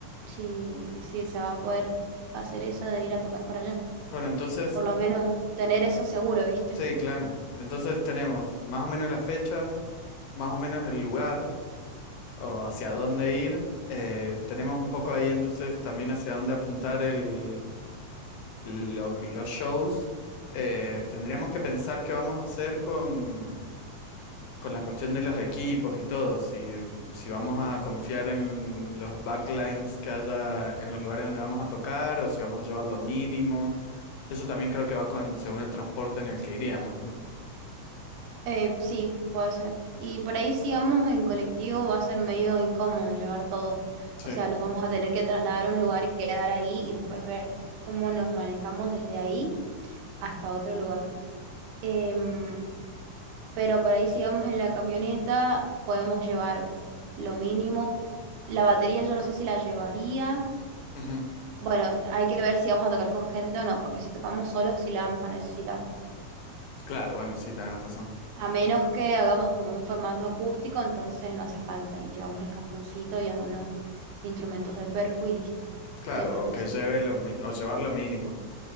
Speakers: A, on the right; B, on the left.
A: si, si se va a poder hacer esa de ir a tocar para allá.
B: Bueno, entonces,
A: Por lo menos tener eso seguro, ¿viste?
B: sí, claro. Entonces tenemos más o menos las fechas, más o menos el lugar o hacia dónde ir. Eh, tenemos un poco ahí entonces también hacia dónde apuntar el, lo- los shows. Eh, tendríamos que pensar qué vamos a hacer con con la cuestión de los equipos y todo, si, si vamos a confiar en los backlines que haya en los lugares donde vamos a tocar o si vamos a llevar lo mínimo, eso también creo que va con, según el transporte en el que iríamos, ¿o ¿no?
A: Eh, sí, puede ser. Y por ahí si vamos en colectivo va a ser medio incómodo llevar todo.
B: Sí.
A: O sea, nos vamos a tener que trasladar a un lugar y quedar ahí y después ver cómo nos manejamos desde ahí hasta otro lugar. Em, pero por ahí si vamos en la camioneta podemos llevar lo mínimo. La batería yo no sé si la llevaría.
B: ujú.
A: Bueno, hay que ver si vamos a tocar con gente o no, porque si tocamos solos sí la vamos a necesitar.
B: Claro, bueno, sí, tenés razón.
A: A menos que hagamos como un formato acústico, entonces no hace falta y llevamos el cajoncito y algunos instrumentos de percu y listo,
B: Claro,
A: de percusión.
B: o que lleve lo, mi- o llevar lo mínimo.